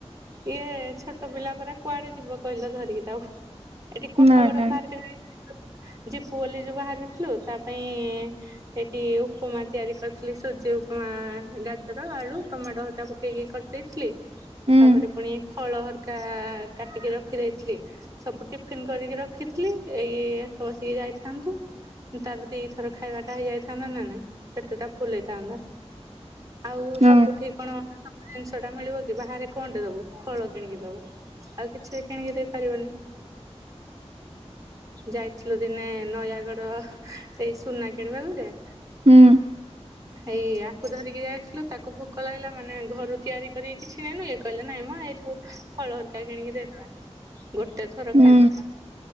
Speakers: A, on the right; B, on the right.
A: ଇଏ ଛୋଟ ପିଲା ପରା କୁଆଡେ ଯିବ କହିଲ ଧରିକି ତାକୁ। ଏଠି କଟକ
B: ନାଇଁ
A: ଗୋଟେ
B: ନାଇଁ
A: ପାର୍କ <inaudible> ଯିବୁ ବୋଲି ଯୋଉ ବାହାରିଥିଲୁ ତା ପାଇଁ ସେଠି ଉପମା ତିଆରି କରିଥିଲି ସୁଜି ଉପମା ଗାଜର ଆଳୁ ଟମାଟୋ ହରକା ପ କେ କି କରିଦେଇଥିଲି।
B: ହୁଁ
A: ତାପରେ ପୁଣି ଫଳ ହରିକା କାଟିକି ରଖିଦେଇଥିଲି। ସବୁ ଟିଫିିନ କରିକି ରଖିଥିଲି ଏଇ ଭାତ ବସେଇକି ଯାଇଥାନ୍ତୁ ତାର ଦିଥର ଖାଇବାଟା ହେଇଯାଇଥାନ୍ତା ନା ନାଇଁ ପେଟଟା ଫୁଲ ହେଇଥାନ୍ତା। ଆଉ
B: ହୁଁ
A: ସବୁଠି କଣ ସବୁ ଜିନିଷଟା ମିଳିବ କି ବାହାରେ କଣଟେ ଦୋବୁ ଫଳ କିଣିକି ଦୋବୁ ଆଉ କିଛି କିଣିକି ଦେଇପାରିବନି। ଯାଇଥିଲୁ ଦିନେ ନୟାଗଡ ଏଇ ସୁନା କିଣିବାକୁ ଯେ
B: ହୁଁ ହୁଁ
A: ହେଇ ଆକୁ ଧରିକି ଯାଇଥିଲୁ ତାକୁ ଭୋକ ଲାଗିଲା ମାନେ ଘରୁ ତିଆରି କରିକି କିଛି ନେଇନୁ ଏଇ କହିଲେ ନାଇଁ ମ ଏଇଠୁ ଫଳ ହରିକା କିଣିକି ଦେଇଦବା ଗୋଟେ ଥର
B: ହୁଁ
A: ଖାଇବ ତ